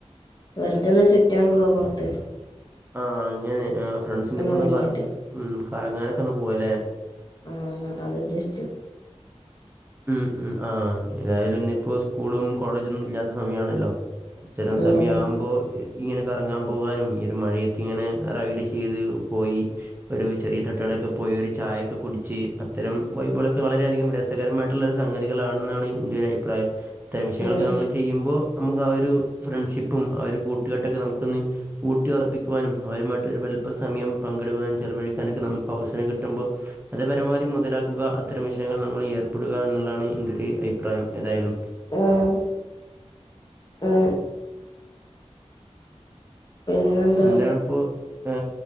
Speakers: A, on the left; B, on the right.
A: വെറുതോന്ന്‌ ചുറ്റാൻ പോവാ പുറത്ത്.
B: ആ അങ്ങനെ ഫ്രണ്ട്സിന്റെറെ ഇപ്പൊ ഒന്ന്
A: ഒതുങ്ങിയിട്ട്
B: ഉ കറങ്ങാനൊക്കെ ഒന്ന് പോവ അല്ലേ
A: ആഹ് അത ഉദ്ദേശച്ച്
B: ഉം ഉം ആ ഏതായാലും ഇന്നിപ്പോ സ്കൂളും കോളേജൊ ഒന്നും ഇല്ലാത്ത സമയമാണല്ലോ അത്തരം സമയം
A: ഉം
B: ആവുമ്പോ ഇങ്ങനെ കറങ്ങാൻ പോകാനും ഈ ഒരു മഴയത്ത് ഇങ്ങനെ റൈഡ് ചെയ്ത് പോയി ഒരു ചെറിയ തട്ടുകടൊക്കെ പോയി ഒരു ചായയൊക്കെ കുടിച്ച് അത്തരം വൈബ്ളൊക്കെ വളരെയധികം രസകരമായിട്ട് സംഗതികളാണെന്നാണ് എന്റെ ഒരു അഭിപ്രായം ഇത്തരം വിഷയങ്ങളൊക്കെ
A: ഉം
B: നമ്മൾ ചെയ്യുമ്പോൾ നമുക്ക് ആ ഒരു ഫ്രണ്ട്ഷിപ്പും ആ ഒരു കൂട്ടുകാട്ടൊക്കെ നമുക്കൊന്ന് ഊട്ടിയ ഉറപ്പിക്കുവാനും അവരുമായിട്ട് ഒരു വലിപ്പസമയം പങ്കിടുവാനും ചെലവഴിക്കാനൊക്കെ നമുക്ക് അവസരം കിട്ടുമ്പോൾ അത് പരമാവധി മുതലാക്കുക അത്തരം വിഷയങ്ങൾ നമ്മൾ ഏർപ്പെടുക എന്നുള്ളതാണ് എന്റെ ഒരു അഭിപ്രായം ഏതായാലും
A: മ് മ് പിന്നെന്താ
B: എന്തണിപ്പോ ഹ്